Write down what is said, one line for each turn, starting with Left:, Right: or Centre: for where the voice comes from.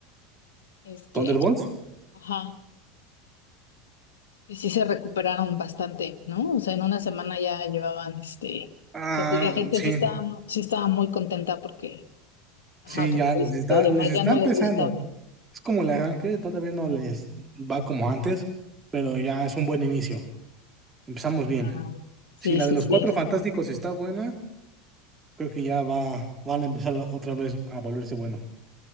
Left: este,
Right: ¿Thunderbolts?
Left: ajá, y sí se recuperaron bastante, ¿no? O sea, en una semana ya llevaban, este,
Right: Ah,
Left: o sea, sí, la gente
Right: sí,
Left: sí estaba, mu- sí estaba muy contenta porque, ajá,
Right: sí,
Left: como
Right: ya les
Left: dices,
Right: está,
Left: lo demás
Right: les está
Left: ya no
Right: empezando.
Left: les gustaba.
Right: Es como el arranque, todavía no les va como antes, pero ya es un buen inicio. Empezamos bien.
Left: Ah, Sí,
Right: Si la
Left: sí,
Right: de los
Left: sí.
Right: Cuatro Fantásticos está buena, creo que ya va, van a empezar otra vez a volverse bueno.